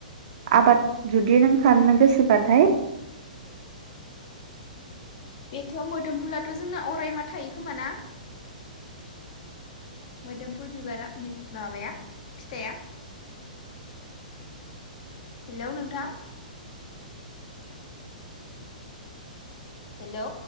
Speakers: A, on the right; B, on the left.
A: आबाद जुदि नों खामनो गोसोबाथाय
B: बेथ मोदोमफुलाथ जोंना अरायमा थायो खोमा ना? मोदोमफु बिबारा बि-माबाया फिथाइआ हेलौ नोंथां। हेलौ